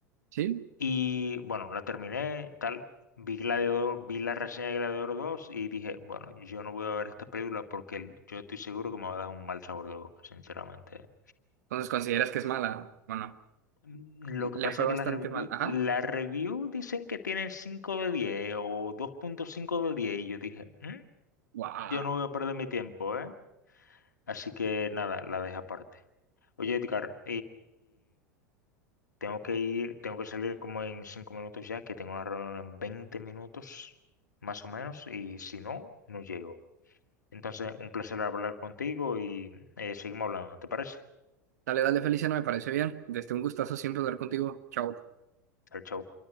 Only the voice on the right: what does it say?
¿Sí?
Entonces consideras que es mala. Bueno,
le
fue
bastante
mal. Ajá.
Guau.
Dale, dale, Felicia, no me parece bien. Desde un gustazo siempre hablar contigo. Chao.